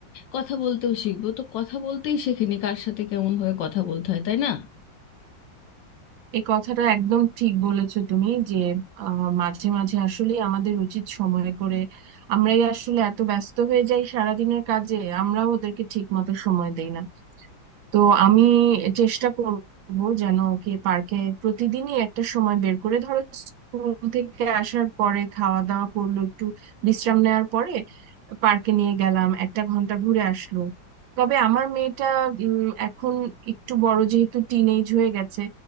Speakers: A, on the left (about 75°); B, on the right (about 80°).
A: কথা বলতেও শিখবে ও তো কথা বলতেই শেখেনি কার সাথে কেমনভাবে কথা বলতে হয় তাই না
B: এই কথাটা একদম ঠিক বলেছো তুমি যে আহ, মাঝে মাঝে আসলে আমাদের উচিত সময় করে আমরাই আসলে এত ব্যস্ত হয়ে যাই সারাদিনের কাজে আমরাও ওদেরকে ঠিক মতো সময় দেই না তো আমি চেষ্টা করব যেন ওকে পার্কে প্রতিদিনই একটা সময় বের করে ধরো স্কুল থেকে আসার পরে খাওয়া দাওয়া করলো একটু বিশ্রাম নেওয়ার পরে পার্কে নিয়ে গেলাম একটা ঘন্টা ঘুরে আসলো তবে আমার মেয়েটা উম, এখন একটু বড় যেহেতু টিনেজ হয়ে গেছে